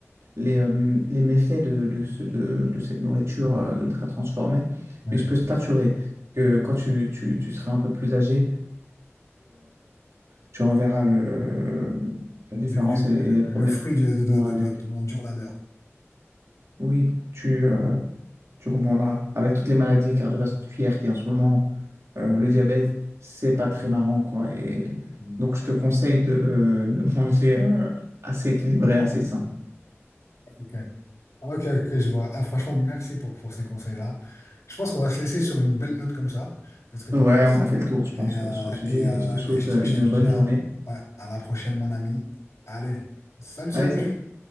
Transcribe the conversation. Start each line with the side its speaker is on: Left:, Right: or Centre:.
Right: les, euh, les méfaits de, de, ce- de, de cette nourriture euh, ultra transformée.
Left: ouais.
Right: Mais je peux t'assurer que quand tu, tu, tu seras un peu plus âgé, tu enverras le, la différence
Left: Le, le- le-
Right: et, et les
Left: le
Right: problèmes
Left: fruit de, de,
Right: qu'ils ont
Left: de,
Right: avec.
Left: de, de mon dur labeur.
Right: Oui, tu, euh, tu comprendras. Avec toutes les maladies cardiovasculaires qui en ce moment, euh, le diabète, c'est pas très marrant, quoi. Et
Left: Mm.
Right: donc, je te conseille de, euh, de manger euh, assez équilibré, assez sain.
Left: Ok, ok, ok, je vois. Ah, franchement, merci pour, pour ces conseils-là. Je pense qu'on va se laisser sur une belle note comme ça. Qu'est-ce que
Right: Ouais,
Left: tu en penses?
Right: on a fait le tour, je
Left: Et,
Right: pense,
Left: euh,
Right: euh, sur le sujet.
Left: et, euh,
Right: Et je te souhaite
Left: et je,
Right: euh,
Left: te
Right: une
Left: je te dis
Right: bonne
Left: à,
Right: journée.
Left: ouais, à la prochaine, mon ami. Allez, salut, salut!
Right: Allez, salut!